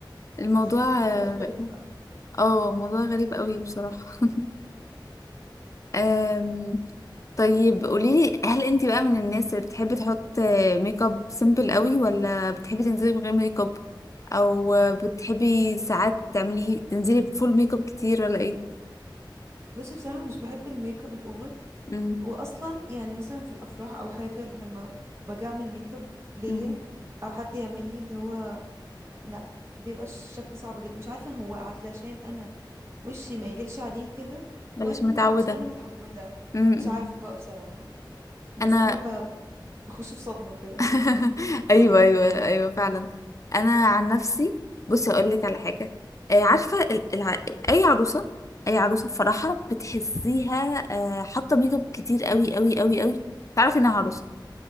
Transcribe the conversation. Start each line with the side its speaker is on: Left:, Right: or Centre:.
Left: الموضوع
Right: <laughs>
Left: اه
Right: تختلف بقى
Left: آه، موضوع غريب قوي بصراحة أم... طيب قوليلي هل انت بقى من الناس اللي بتحبي تحط آه، ميك اب سيمبل قوي ولا بتحبي تنزلي من غير ميك اب او آه، بتحبي ساعات تعملي تنزلي بفول ميك اب كتير ولا ايه
Right: بصي بصراحة أنا مش بحب الميك اب الاوفر
Left: امم
Right: واصلا يعني مثلا في الافراح او حاجة لما باجي اعمل ميك اب ليا
Left: امم
Right: او حد يعمل لي اللي هو لا بيبقى الشكل صعب جدا مش عارفة هو علشان انا وشي ما يليقش عليه كده
Left: ولا
Right: ولا
Left: مش متعودة
Right: علشان انا متعودة
Left: امم
Right: مش عارفة بقى بصراحة بس
Left: انا
Right: انا ب... بخش في صدمة كده
Left: <laughs> ايوه ايوه ايوه فعلا انا عن نفسي بصي اقول لك على حاجه آه، عارفه ال- الع... اي عروسه اي عروسه في فرحها بتحسيها آه، حاطه ميك اب كتير قوي قوي قوي قوي تعرف انها عروسه